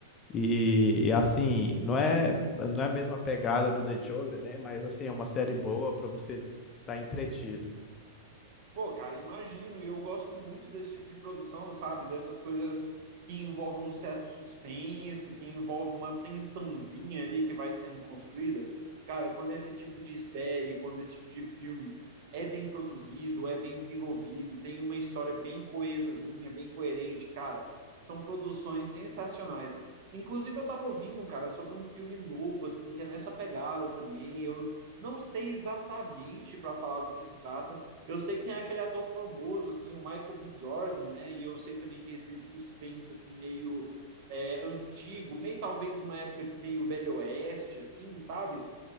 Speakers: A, on the left (about 25°); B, on the right (about 55°).
A: E, e, assim, não é, não é a mesma pegada do The Chosen, né, mas assim, é uma série boa pra você estar entretido.
B: Pô, cara, imagino, e eu gosto muito desse tipo de produção, sabe? Dessas coisas que envolvem um certo suspense, que envolve uma tensãozinha ali que vai sendo construída. Cara, quando esse tipo de série, quando esse tipo de filme é bem produzido, é bem desenvolvido, tem uma história bem coesazinha, bem coerente, cara, são produções sensacionais. Inclusive, eu tava ouvindo, cara, sobre um filme novo, assim, que é nessa pegada também. Eu não sei exatamente para falar do que se trata eu sei que tem aquele ator famoso, assim, o Michael B. Jordan, né? E eu sei também que esse suspense, assim, meio é, antigo, meio talvez uma época meio velho oeste, assim, sabe?